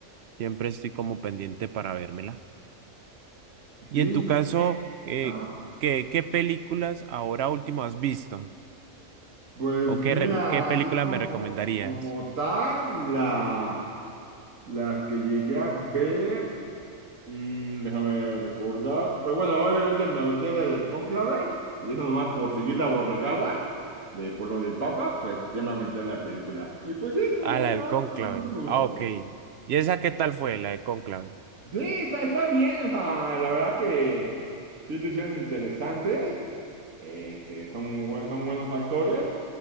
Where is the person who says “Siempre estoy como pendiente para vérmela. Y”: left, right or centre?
Right